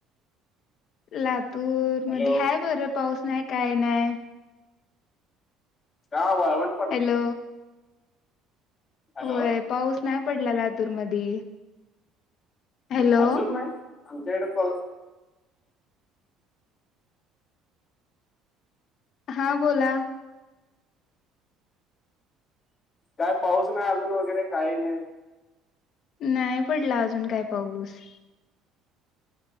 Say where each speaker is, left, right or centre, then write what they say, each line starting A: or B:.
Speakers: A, on the left (about 50°); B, on the left (about 30°).
A: लातूर
B: हॅलो
A: मध्ये हाय बरं, पाऊस नाय काय नाय.
B: का वाळवंट
A: हॅलो.
B: हॅलो
A: होय, पाऊस नाही पडला लातूर मधी. हॅलो
B: अजून नाही. आमच्या इकडे कोल
A: हा बोला.
B: काय पाऊस नाही अजून वगैरे काही नाही.
A: नाही पडला अजून काय पाऊस.